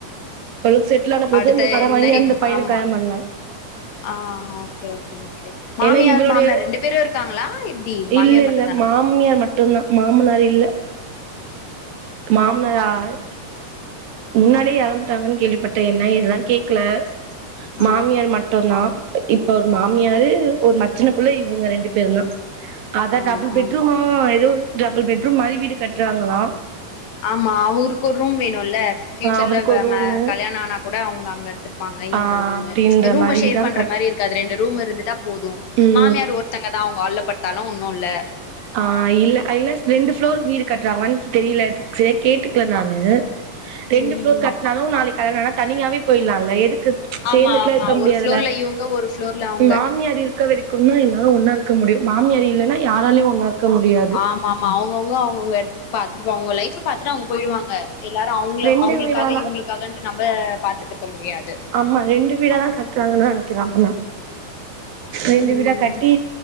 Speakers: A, on the right; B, on the left.
A: அவளுக்கு செட்டில்ஆன பொகு
B: அடுத்த
A: இன்னும் கடன்
B: என்ன
A: வாங்கி அந்த பையனை
B: ஆமா
A: கல்யாண பண்ணலா
B: ஆ ஓகே ஓகே ஓகே மாமியார்
A: ஏன்னா இவளுடைய
B: மாமனார் ரெண்டு பேரும் இருக்காங்களா எப்டி மாமியார்
A: இல்ல
B: மட்
A: இல்ல மாமியார் மட்டும்தா மாமனார் இல்ல மாமனார் முன்னாலே இறந்துட்டாங்கன்னு கேள்விப்பட்டே என்ன இதெல்லா கேக்கல
B: ஆ
A: மாமியார் மட்டம்தா இப்ப ஒரு மாமியார்
B: ஆ
A: ஒரு ம சின்ன பிள்ள இவங்க ரெண்டு பேரு தா அதா
B: ஆ
A: டபுள்
B: ஆ
A: பெட்ரூமா ஏதோ டபுள் பெட்ரூம் மாரி வீடு கட்டுறாங்களா
B: ஆமா அவருக்கு ஒரு ரூம் வேணு ல்ல பியூச்சர்ல
A: ஆ அவருக்கு ஒரு ரூமு
B: கல்யாண ஆனா கூட அவங்க அங்க இருப்பாங்க இவங்க
A: ஆ
B: ரூம்
A: அப்டின்ற
B: ரூம்மா
A: மாரிதா
B: ஷேர் பண்ற
A: கட்
B: மாதிரி இருக்காது ரெண்டு ரூம் இருந்துடா போதும்
A: ம்
B: மாமியார் ஒருத்தங்க தான் அவங்க ஹல்ப்படுத்தாலு ஒன்னு இல்ல
A: ஆ இல்ல இல்ல ரெண்டு பப்ளோர் வீடு கட்டுறாங்க தெரியல செறியா கேட்டுக்கல நானு ரெண்டு
B: ம்
A: பிளோர் கட்டனாலும் நாளைக்கு கல்யாண ஆன தனியாவே போயிடலால்லை எதுக்கு சேர்ந்துட்டுல
B: ஆமா ஆமா
A: இருக்க முடியாதுல
B: ஒரு ஃப்ளோர்ல இவங்க ஒரு ஃப்ளோர்ல அவங்க
A: மாமியார் இருக்க வரைக்கும் எல்லாரும் ஒன்னா இரு முடியும் மாமியார் இல்லன்ன யாராலையும் ஒன்னா முடியாது
B: ஆமா ஆமா அவங்கவுங்க அவங்கவுங்க இடத்துக்கு பாத்துட்டுப்பாங்க லைப் பாத்துட்டு அவங்க போயிடுவாங்க எல்லாரு அவங்க
A: ரெண்டு
B: அவங்களுக்காக
A: வீடாதா
B: இவங்களுக்காகன்ட்டு நம்ம பாத்துட்டு இருக்க முடியாது
A: ஆமா ரெண்டு வீடாதா கட்டுறாங்கன்னு நினைக்கிறா அப்பனா ரெண்டு
B: ம்
A: வீடா கட்டி